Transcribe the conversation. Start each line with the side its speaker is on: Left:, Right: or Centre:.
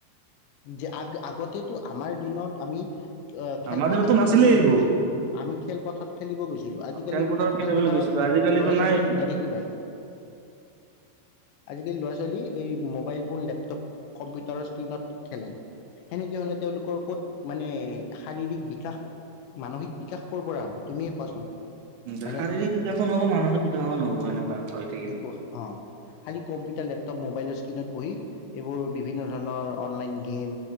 Left: যে, আগ-আগতেটো আমাৰ দিনত আমি খেলপথাৰত
Right: আমাৰ দিনততো নাছিলে
Left: খেলিবলৈ
Right: এইবোৰ।
Left: গৈছিলো। আমি খেলপথাৰত খেলিব গৈছিলো। আজিকালি
Right: খেলপথাৰত খেলিবলৈ
Left: খেলপথাৰত
Right: গৈছিলো আজিকালিতো
Left: ল'ৰা ছোৱালী
Right: নাই এইবিলাক।
Left: নদেখিবাই। আজিকালি ল'ৰা -ছোৱালী এই মোবাইল, ফোন, লেপটপ, কম্পিউটাৰৰ স্ক্ৰীণত খেলে। সেনেকে হলে, তেওঁলোকৰ ক'ত মানে, শাৰীৰিক বিকাশ, মানসিক বিকাশ কৰ পৰা হ'ব তুমিয়ে কোৱাচোন?
Right: দেখা - দেখি
Left: হয়নে?
Right: শাৰিৰীক বিকাশো নহ'ব, মানসিক বিকাশো নহ'ব এনেকুৱা। হৈ থাকিলে।
Left: একো, অ' খালি কম্পিউটাৰ, লেপটপ মোবাইল, স্কিনত বহি, এইবোৰ বিভিন্ন ধৰণৰ, অনলাইন গেম,